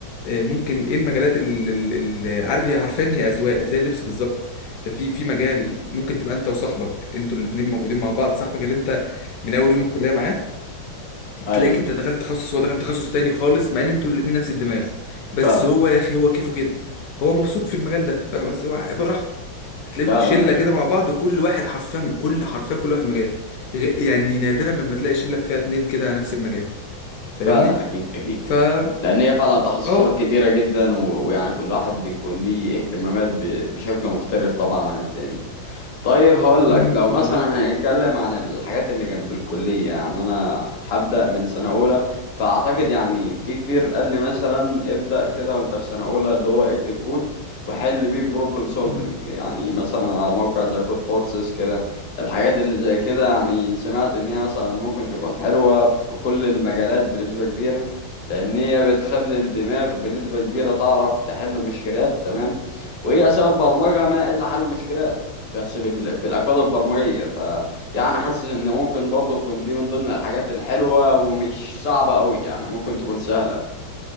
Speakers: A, on the left; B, on the left.
A: آه، ممكن ايه المجالات اللي عارف هي عارفين هي اذواق زي اللبس بالظبط انت في في مجال ممكن تبقى انت وصاحبك انتوا الاثنين موجودين مع بعض صاحبك اللي انت من اول يوم الكليه معاه
B: ايوه
A: تلاقيك انت دخلت تخصص هو دخل تخصص تاني خالص مع ان انتوا الاثنين نفس الدماغ بس
B: فعلا
A: هو يا اخي هو كيفه كده هو مبسوط في المجال ده فاهم قصدي هو براحته هتلاقيكوا
B: فعلا
A: شله
B: ايوه
A: كده مع بعض وكل واحد حرفيا كل حرفيا كل واحد مجال غ- يعني نادرا لما تلاقي شله فيها اتنين كده على نفس المجال فاهمني
B: فعلا اكيد اكيد
A: فا
B: لان هي فعلا تخصصات
A: اه
B: كتيره جدا و... ويعني كل واحد بيكون ليه اهتمامات ب... بشكل مختلف طبعا عن التاني طيب هقول لك
A: مم،
B: لو مثلا
A: بالظبط
B: هنتكلم عن الحاجات اللي جنب الكلية يعني أنا هبدأ من سنة أولى فأعتقد يعني في كتير قال لي مثلا ابدأ كده وأنت في سنة أولى اللي هو اكتب كود وحل بيه بروبلم سولفنج
A: مم،
B: يعني مثلا على موقع زي كود فورسز كده الحاجات اللي زي كده يعني سمعت إن هي مثلا ممكن تكون حلوة في كل المجالات بنسبة كبيرة لأن هي بتخلي الدماغ بنسبة كبيرة تعرف تحل مشكلات تمام وهي أساس البرمجة ما إلا حل المشكلات بس بال... بالأكواد البرمجية ف يعني حاسس إن ممكن برضه تكون دي من ضمن الحاجات الحلوة ومش صعبة أوي يعني ممكن تكون سهلة